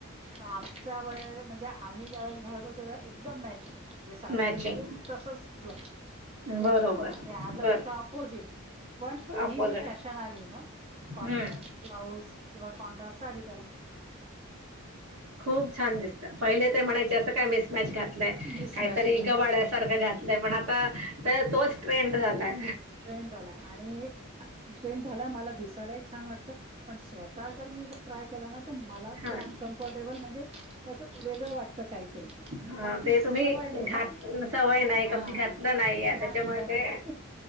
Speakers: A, on the right (about 30°); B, on the right (about 80°).
A: आमच्या वय म्हंजे आम्ही ज्या घालत होत ना एकदम मॅचींग. म्हणजे साडी
B: मॅचिंग
A: जशी तसच ब्लाउज
B: बरोबर
A: एकदम आणि आता
B: बरं
A: त्याच्या ऑपोजिट पण
B: अपोजिट
A: ही जी फॅशन आली ना, Contrast
B: हं.
A: blouse. किंवा कॉन्ट्रास्ट साडी गला
B: खूप छान दिसत. पहिले ते म्हणायचे असं का मिसमॅच घातलय?
A: मिसमॅच
B: काहीतरी
A: घातलंय
B: गवाळ्यासारखं घातलंय! पण आता तोच ट्रेंड- झालाय
A: ट्रेन झालाय आणि ट्रेन झालाय मला दिस ला छान वाटत पण स्वतः जर मी ट्राय केला ना, तर मलाच
B: हां,
A: ते अनकम्फर्टेबल म्हणजे तसं वेगळं वाटत काहीतरी कारण
B: हां,
A: ती
B: ते
A: सवय
B: तुम्ही
A: नाही
B: घात
A: ना,
B: सवय नाही,
A: हा
B: कधी घातलं नाहीये
A: घातलं
B: त्याच्यामुळे ते
A: नाही.